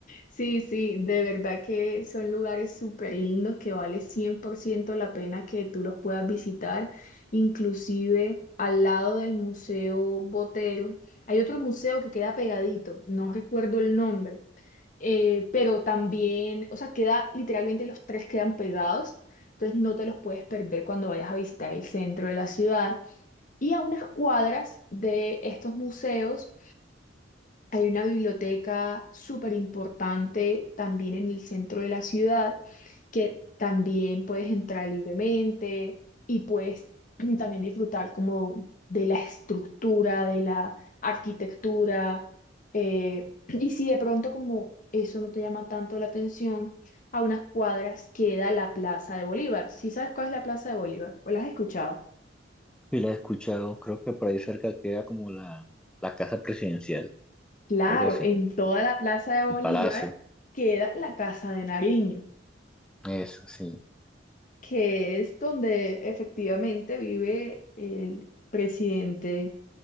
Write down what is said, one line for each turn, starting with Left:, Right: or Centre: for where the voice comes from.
Left: Sí, sí, de verdad que son lugares súper lindos que vale 100% la pena que tú los puedas visitar. Inclusive al lado del Museo Botero hay otro museo que queda pegadito, no recuerdo el nombre, eh, pero también, o sea, queda literalmente los tres quedan pegados, entonces no te los puedes perder cuando vayas a visitar el centro de la ciudad. Y a unas cuadras de estos museos. Hay una biblioteca súper importante también en el centro de la ciudad que también puedes entrar libremente y puedes <clears throat> también disfrutar como de la estructura, de la arquitectura. eh, <clears throat> y si de pronto como eso no te llama tanto la atención, a unas cuadras queda la Plaza de Bolívar. ¿Sí sabes cuál es la Plaza de Bolívar? ¿O la has escuchado?
Centre: Y la he escuchado, creo que por ahí cerca queda como la, la casa presidencial,
Left: Claro,
Centre: algo así,
Left: en toda la Plaza de Bolívar
Centre: el palacio,
Left: queda la Casa de Nariño.
Centre: eso sí.
Left: que es donde efectivamente vive el presidente